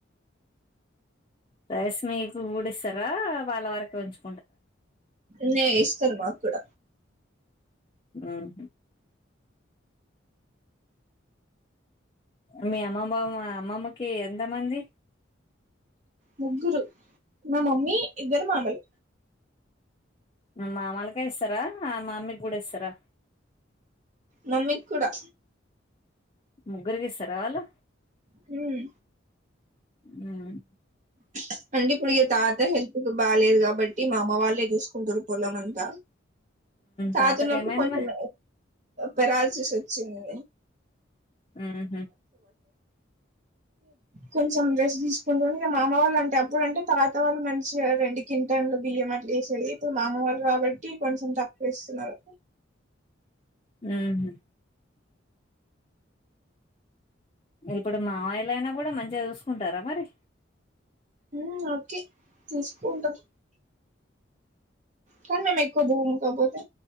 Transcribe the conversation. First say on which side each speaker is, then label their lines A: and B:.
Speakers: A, on the left; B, on the right.
A: రైస్ మీకు ఊడి ఇస్తారా వాళ్ళ వరకు ఉంచు.
B: లే ఇస్తున్న. కూడ
A: హ్మ్ మీ అమ్మ బామ్మ అమ్మమ్మకి ఎంత మంది.
B: ముగ్గురు నా మమ్మీ ఇద్దరు మామలు.
A: మామలుగా ఇస్తారా, ఆ మమ్మీ కూడా ఇస్తారా.
B: మమ్మీకి కూడా.
A: ముగ్గురికి ఇస్తార వాళ్ళు.
B: హ్మ్
A: హ్మ్
B: టుక్ అండి ఇప్పుడు తాతయ్య హే ఇగు బాలేదు కాబట్టి మా అమ్మ వాళ్ళే చూసుకుంటారు పొలం అంత. తాత
A: తాతకి
B: ఉన్నప్పుడు
A: ఏమైంది
B: కొంచం
A: మరి
B: పెరాల్సిస్ వచ్చింది
A: ఉహు
B: కొంచం రెస్ట్ తీసుకుంటూ మా అమ్మ వాళ్ళు అంటే అప్పుడు అంటే తాత వాళ్ళు మంచిగా రెండు కింటన్లు బియ్యం అట్లా వేసేది. ఇప్పుడు మామ వాళ్ళు కాబట్టి కొంచం తక్కువ ఇస్తున్నారు.
A: ఉహు ఇప్పుడు మామయ్యలు అయినా కూడా మంచిగా చూసుకుంటారా మరి.
B: ఉ ఓకే చూసుకుంటారు. కాని మేము ఎక్కువ భూము కాకపోతే